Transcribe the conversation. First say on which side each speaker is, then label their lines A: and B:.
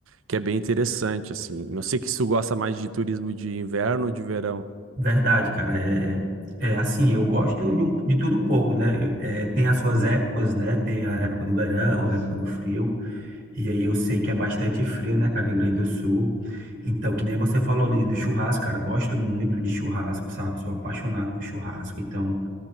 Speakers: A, on the right; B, on the right.
A: que é bem interessante assim. Não sei que se tu gosta mais de turismo de inverno ou de verão.
B: Verdade, cara. É, é assim, eu gosto de, um- de tudo um pouco, né? É, tem as suas épocas, né? Tem a época do verão, a época do frio. E aí eu sei que é bastante frio, né, cara, Rio Grande do Sul. Então, que nem você falou ali do churrasco, cara. Gosto muito de churrasco, sabe? Sou apaixonado por churrasco. Então,